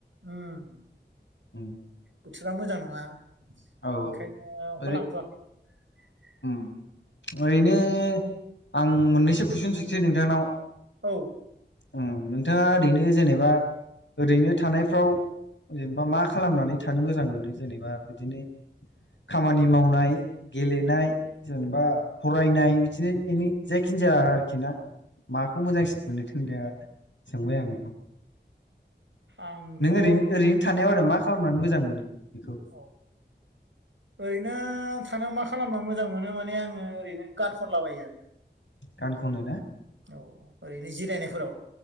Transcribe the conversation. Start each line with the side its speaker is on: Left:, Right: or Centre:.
Right: उम
Left: उम
Right: बोथोरा मोजां नङा ओंखायनो
Left: औ
Right: अखा
Left: ओरै
Right: लांथ'वाखै <inaudible>
Left: उम ओरैनो आं मोननैसो कुइसन सोंसै नोंथांनाव
Right: औ
Left: उम नोंथाङा ओरैनो जेनेबा ओरैनो थानायफ्राव जेनेबा मा खालामनानै थानो मोजां मोनो जेनेबा बिदिनो खामानि मावनाय गेलेनाय जेनेबा फरायनाय बिदिनो एनि जायखिन जाया आरोखि ना माखौ मोजांसिन मोननो <unintelligible> सोंबाय आं बेखौ
Right: आंथ'
Left: नों
Right: औ
Left: ओरैन ओरैनो थानायाव आरो मा खालामनानै मोजां मोनो बेखौ
Right: औ ओरैनो थानो माख खालामना मोजां मोनो माने आङो ओरैनो गान खनलाबायो आरो
Left: गान खनो ना
Right: औ ओरैनो जिरायनायफोराव